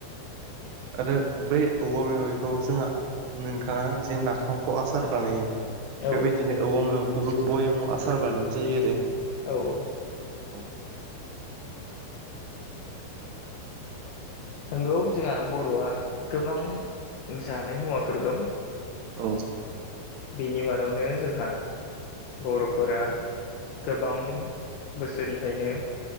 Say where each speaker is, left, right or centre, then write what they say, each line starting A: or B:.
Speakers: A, on the right; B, on the left.
A: आरो बै औवा मेवाइखौ जोंहा नोंथांङा जे नाथामखौ आसार बानायो
B: औ
A: बेबायदिनो औवा मेवखौबो बयामाव आसार बानायनाय जायो आरो।
B: औ औ
A: औ
B: नंगौ जोंहा बर'आ गोबां जानाय मुवाफोर दं।
A: औ
B: बेनि मादावनो जोंहा बर'फोरा गोबां बोसोरनिफ्रायनो